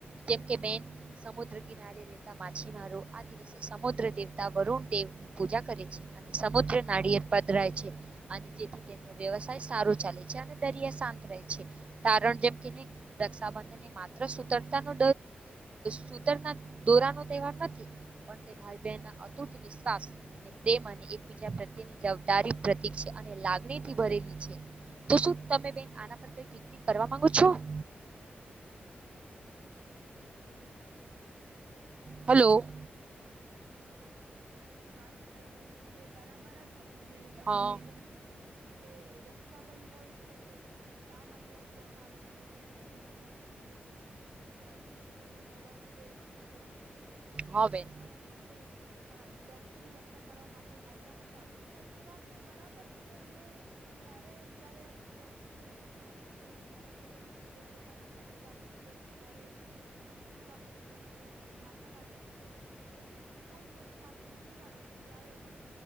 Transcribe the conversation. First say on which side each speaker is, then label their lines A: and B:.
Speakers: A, on the right (about 30°); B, on the right (about 75°).
A: જેમ કે બેન સમુદ્ર કિનારે રતા માછીમારો આ દિવસે સમુદ્ર દેવતા વરુણ દેવ ની પૂજા કરે છે. અને સમુદ્ર નાળિયે પધરાય છે. અને જેથી તેમનો વ્યવસાય સારો ચાલે છે. અને દરિયા શાંત રહે છે. તણ જેમ કેહી રક્ષાબંધને માત્ર સુતરતા નો સુતર દોરાનો તહેવાર નથી. પણ તે ભાઈ બહેનના અતુટ વિશ્વાસ અને પ્રેમ અને એકબીજા પ્રત્યેની જવાબદારીય ઠી છે. અને લાગણી થી ભરેલી છે. તો શું તમે બેન આના પર કઈ ટીપડી કરવા માંગો છો? <inaudible> હલો.
B: હા તમે જે વાત કરી ર તે બરાબર જ હતી. ને તમે
A: હા
B: જે કહ્યું ને કે રક્ષાબંધન એ જેમ કે શા માટે ઉજવવામાં આવે તમે કહ્યું કે જેમ કે કૃષ્ણ જેમ કે કૃષ્ણ ભગવાન એ આપડી દોપતી ની
A: હા
B: રક્ષા
A: બેન
B: કરવા માટે હા દોપતી ની રક્ષા કરવા માટે આવ્યા હતા. તો તે વાત બરાબર છે. અને ત્યારે જયારે દોપતી નું ચિર હરણ થતું હતું ત્યારે જયારે એ પોતાના પતિ બાજુ જુએ છે ત્યારે પોતા ના ગુરુ બાજુ જુએ છે માતા બાજુ જુએ છે એટલે. કોઈ જયારે સાથ નથી આપતું ત્યારે.